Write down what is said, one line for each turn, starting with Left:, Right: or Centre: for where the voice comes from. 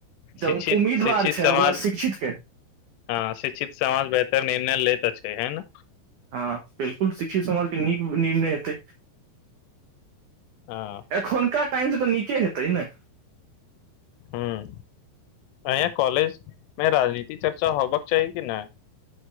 Left: शिक्षित
Right: उम्मीदवार
Left: शिक्षित
Right: छै
Left: समाज
Right: ओकरा शिक्षित के
Left: हँ शिक्षित समाज बेहतर निर्णय ले तऽ छै है ने
Right: हँ बिलकुल शिक्षित समाजके नीक निर्णय हेतै
Left: हँ
Right: एखन कार टाइम से तऽ नचे हेतै तै ने
Left: ह अाँ कॉलेज मे राजनीति चर्चा हो बक चाही कि नहि